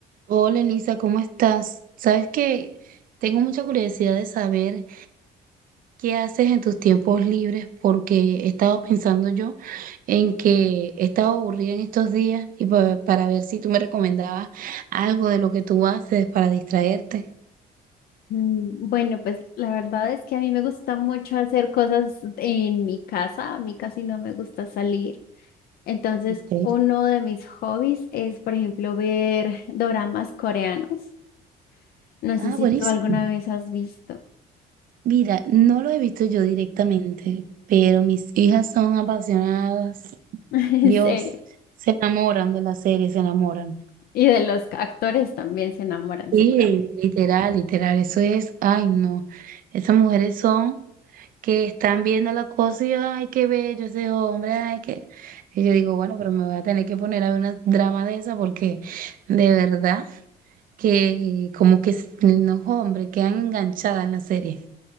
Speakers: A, on the right; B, on the left.
A: Hola Elisa, ¿cómo estás? Sabes que tengo mucha curiosidad de saber qué haces en tus tiempos libres porque he estado pensando yo en que he estado aburrida en estos días y pa- para ver si tú me recomendabas algo de lo que tú haces para distraerte.
B: Mm, Bueno, pues la verdad es que a mí me gusta mucho hacer cosas en mi casa, a mí casi no me gusta salir. Entonces,
A: Ok.
B: uno de mis hobbies es, por ejemplo, ver <laughs> doramas coreanos. No
A: Ah,
B: sé si
A: buenísimo.
B: tú alguna vez has visto,
A: Mira, no lo he visto yo directamente, pero mis hijas son apasionadas.
B: <laughs> en
A: Dios,
B: serio.
A: se enamoran de la serie, se enamoran.
B: Y de los actores también se enamoran
A: Sí,
B: seguramente.
A: literal, literal, eso es, ay no, esas mujeres son que están viendo la cosa y ay, qué bello ese hombre, ay, qué... Y yo digo, bueno, pero me voy a tener que poner a ver una drama de esa porque de verdad que como que s- los hombres quedan enganchadas en la serie.